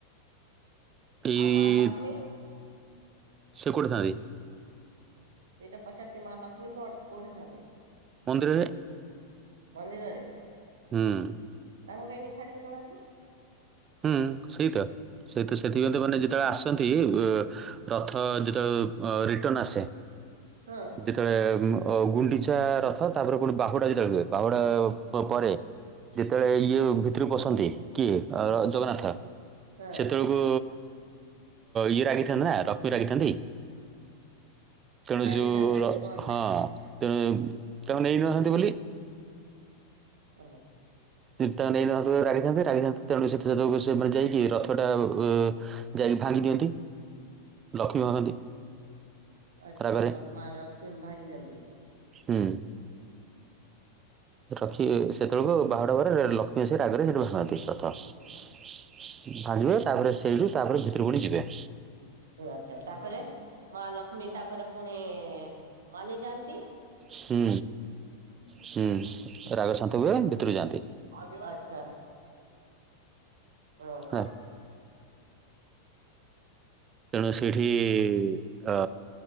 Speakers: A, on the right (about 25°); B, on the right (about 65°).
A: ଏଇ
B: ଆଉ ମା ଲକ୍ଷ୍ମୀ?
A: ସେ କୋଇଠିଥାନ୍ତି?
B: ସେଇଟା ପଚାରୁଚି ମା ଲକ୍ଷ୍ମୀ କଣ କୋଉଠି ଥାନ୍ତି?
A: ମନ୍ଦିରରେ।
B: ମନ୍ଦିରରେ?
A: ହୁଁ।
B: ତାଙ୍କୁ କାହିକି ଛାଡିକି ପଳାନ୍ତି?
A: ହୁଁ ସେଇତ ସେଇତ ସେଥିପାଇ ତ ମାନେ ଯେତେବେଳେ ଆସନ୍ତି ରଥ ଯେତେବେଳେ ରିଟର୍ଣ୍ଣ ଆସେ।
B: ହଁ।
A: ଯେତେବେଳେ ଗୁଣ୍ଡିଚା ରଥ ତାପରେ ପୁଣି ବାହୁଡା ଯେତେବେଳେ ହୁଏ ବାହୁଡା ପରେ ଯେତେବେଳେ ଇଏ ଭିତରେ ପଶନ୍ତି କିଏ ଜଗନ୍ନାଥ
B: ହଁ
A: ସେତେବେଳକୁ ଇଏ ରାଗିଥାନ୍ତ ନା ରକ୍ଷ୍ମୀ ରାଗିଥାନ୍ତି। ତେଣୁ
B: ରାଗିଥାନ୍ତି
A: ଯୋଉ
B: କଣ
A: ହଁ
B: ପାଇଁ
A: ତେଣୁ ତାଙ୍କୁ ନେଇ ନ ଥାନ୍ତି ବୋଲି।
B: ହଁ।
A: ତା ନେଇ ନ ରାଗିଥାନ୍ତେ ରାଗିଥାନ୍ତେ ତେଣୁ ସେତକୁ <unintelligible> ରଥଟା ଯାଇକି ଭାଙ୍ଗି ଦିଅନ୍ତି। ଲକ୍ଷ୍ମୀ ଭାଙ୍ଗନ୍ତି
B: ଆଚ୍ଛା
A: ରାଗରେ
B: ଲ-ମା ଲକ୍ଷ୍ମୀ ଭାଙ୍ଗି ଦିଅନ୍ତି।
A: ହୁଁ। ରଖି ସେତେବେଳକୁ ବାହୁଡା ଘରେ ଲକ୍ଷ୍ମୀ ଆସି ରାଗରେ ସଠି ରଥ ଭାଙ୍ଗିବେ ତାପରେ ସେଇଠୁ ତାପରେ ଭିତରକୁୁ ଯିବେ।
B: ଆଚ୍ଛା ତାପରେ ମା ଲକ୍ଷ୍ମୀ ତାପରେ ପୁଣି- ମାନିଯାଆନ୍ତି
A: ହୁଁ ହୁଁ ରାଗଶାନ୍ତ ହୁଏ ଭିତରକୁ ଯାଆନ୍ତି।
B: ଆଚ୍ଛା। ଓ ହୋ।
A: ହେଲା। ତେଣୁ ସେଇଠି- ଅ